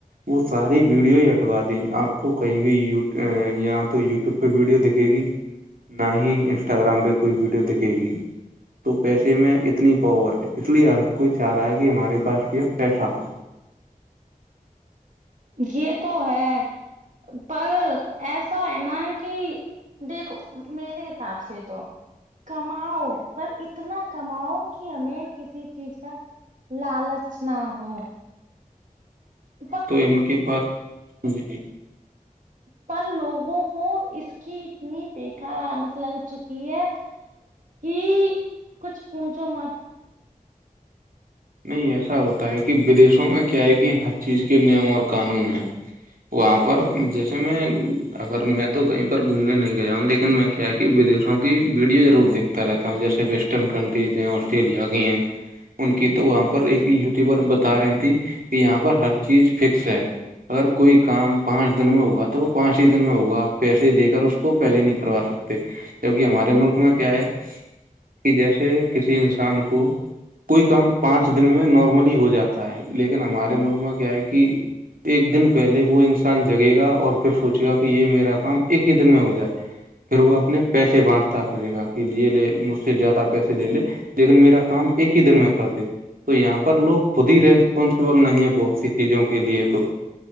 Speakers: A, on the right (about 75°); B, on the right (about 60°).
A: وہ ساری ویڈیو ہی ہٹوا دیں آپ کو کہیں بھی یہیااں تو یوٹیوب پہ ویڈیو دکھے گی نہ ہی انسٹاگرام پہ کوئی ویڈیو دکھے گی تو پیسے میں اتنی پاور ہے اس لیے ہر کوئی چاہ رہا ہے کہ ہمارے پاس بھی پیسہ ہو
B: یہ تو ہے پر ایسا ہے نا کہ دیکھو میرے حساب سے تو کماؤ پر اتنا کماؤ کہ ہمیں کسی چیز کا لالچ نہ ہو م
A: ہاں تو ان کے پاس جی
B: پر لوگوں کو اس کی اتنی بےیکار عادت لگ چکی ہے کہ کچھ پوچھو مر
A: نہیں ایسا ہوتا ہے کہ ودیشوں میں کیا ہے کہ ہر چیز کے نیم اور قانون ہیں وہاں پر جیسے میں اگر میں تو کہیں پر گھومنے نہیں گیا ہوں لیکن میں کیا ودیشوں کی ویڈیو ضرور دیکھتا رہتا ہوں جیسے ویسٹرن کنٹریز ہیں آسٹریلیا کی ہیں ان کی تو وہاں پر ایک یوٹیوبر بتا رہی تھی کہ یہاں پر ہر چیز فکس ہے اگر کوئی کام پانچ دن میں ہوگا تو وہ پانچ ہی دن میں ہوگا پیسے دے کر اس کو پہلے نہیں کروا سکتے کیکہ ہمارے ملک میں کیا ہے کہ جیسے کسی انسان کو کوئی کام پانچ دن میں نارملی ہی ہو جاتا ہے لیکن ہمارے ملک میں کیا ہے کہ ایک دن پہلے وہ انسان جگے گا اور پھر سوچے گا کہ یہ میرا کام ایک ہی دن میں ہو جائے پھر وہ اپنے پیسے بانٹتا پڑے گا کہھر لے لے مجھ سے زیادہ پیسے لے لے لیکن میرا کام ایک ہی دن میں کر د تو یہاں پر لوگ خود ہی ریسپونسبل نہیں ہے بہت سی چیزوں کے لیے تو